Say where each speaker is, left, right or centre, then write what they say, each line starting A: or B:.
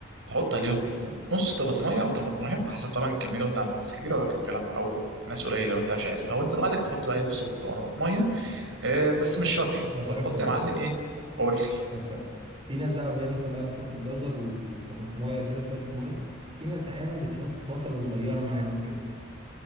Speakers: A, on the right; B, on the right.
A: تحط عليهم نص طماطمية او طماطمية على حسب طبعا الكمية لو انت عندك ناس كبيرة ولا الكلام او ناس قليلة لو انت مش عايز او انت لوحدك تحط بقى إيه نص طماطمية آه بس مش شرط يعني
B: هسألك
A: وتحط
B: سؤال
A: يا معلم ايه قول لي
B: هسألك سؤال في ناس بقى وهي مثلا بقى بتحط الجزر وطماطمايه كده وشويه الميه في ناس احيانا بتحط بصله صغيره معاهم كده